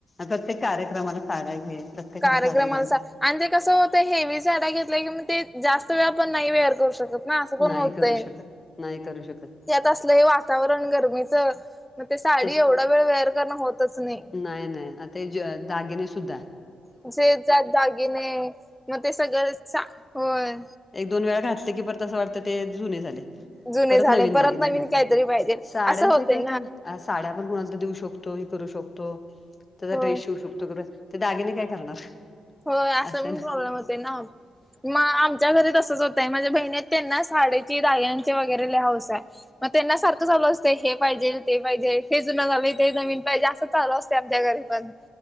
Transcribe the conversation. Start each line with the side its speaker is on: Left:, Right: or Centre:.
Left: प्रत्येक कार्यक्रमाला साड्या घे प्रत्येकाला
Centre: कार्यक्रमांसाठी
Left: साड्या घे
Centre: आणि ते कसं होतय, हेवी साड्या घेतल्या की म ते जास्त वेळ आपण नाही वेअर करू शकत. ना असं पण
Left: नाही
Centre: होतय
Left: करू शकत नाही करू शकत.
Centre: त्यात असलं हे वातावरण गरमीचं मग ते साडी
Left: तेच
Centre: एवढा वेळ वेअर करणं होतच नाही.
Left: नाही नाही, आता ते दागिने सुध्दा.
Centre: <unintelligible> जात दागिने मग ते सगळं सा- होय.
Left: एक दोन वेळा घातले की, परत असं वाटतं ते जुने झाले.
Centre: जुने
Left: परत
Centre: झाले
Left: नवीन दागिने घ्या,
Centre: काहीतरी पाहिजे
Left: साड्यांच
Centre: असं होतय
Left: इकड का ना साड्या आपण कोणाला देऊ शकतो, हे करू शकतो त्याचा
Centre: होय
Left: ड्रेस शिवऊ शकतो खर ते दागिने काय करणार?
Centre: होय, असा
Left: असं
Centre: पण
Left: आहे
Centre: प्रॉब्लेम होते ना मग म-आम माझ्या घरी तसच होतय, माझ्या बहिणी आहेत त्यांना साड्यांची दागिण्यांची वगैरे लय हौस आहे. मग त्यांना सारखं चालू असतयं, हे पाहिजे ते पाहिजे हे जुन झालय ते नविन पाहिजे असं चालू असतय, आमच्या घरी पण.